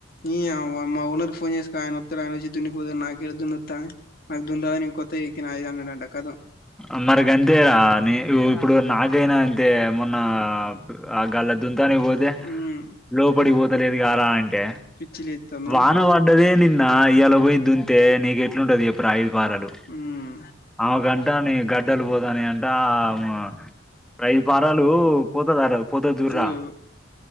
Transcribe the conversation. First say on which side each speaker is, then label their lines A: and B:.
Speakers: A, on the left (about 55°); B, in the centre.
A: నీ అవ్వ మా ఓనర్ కి ఫోన్ చేసుకో ఆయనోత్తడు అయనోచ్చి దున్నిపోతాడు నాకీడ దున్నితాది అది దున్నడానికి కొత్త ఎక్కినాయ్ అన్నాడంట కధం
B: అందరికంగంటే ఆ నే ఇప్పుడు నా దేనా అంతే మొన్న ఆ గల దుంతానికి పోతే
A: ఉమ్
B: లోపడికిపోతలేదు గారా అంటే
A: పిచ్చి లేత్తందా
B: వాన పడ్డదే నిన్న నా ఇయ్యాల పోయి దుంతే నీకు ఎట్లుంటది చెప్పు రా ఐదు వారాలు
A: ఉమ్
B: ఆమేకంట గడ్డలు పోతాన్నాయంటా ఆమ ఐదు పారాలు పోతదా ర పోతది చూడరా
A: పోదు